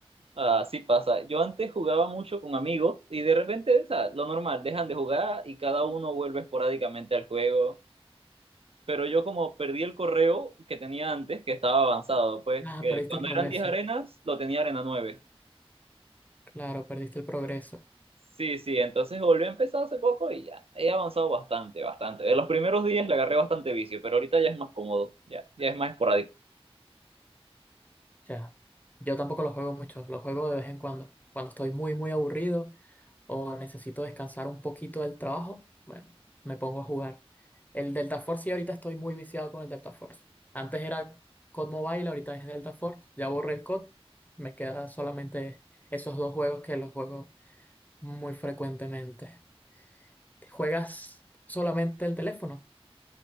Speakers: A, on the right; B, on the left.
A: Así pasa. Yo antes jugaba mucho con amigos y de repente, o sea, lo normal, dejan de jugar y cada uno vuelve esporádicamente al juego. Pero yo como perdí el correo que tenía antes, que estaba avanzado, pues
B: Ah,
A: que
B: perdiste
A: cuando
B: el progreso.
A: eran 10 arenas, lo tenía arena nueve
B: Claro, perdiste el progreso.
A: Sí, sí, entonces volví a empezar hace poco y ya he avanzado bastante, bastante. De los primeros días le agarré bastante vicio, pero ahorita ya es más cómodo, ya, ya es más esporádico.
B: Ya. Yo tampoco lo juego mucho, lo juego de vez en cuando. Cuando estoy muy, muy aburrido o necesito descansar un poquito del trabajo, bueno, me pongo a jugar. El Delta Force, sí, ahorita estoy muy viciado con el Delta Force. Antes era COD Mobile, ahorita es Delta Force. Ya borré el COD, me queda solamente esos dos juegos que los juego muy frecuentemente. ¿Juegas solamente el teléfono?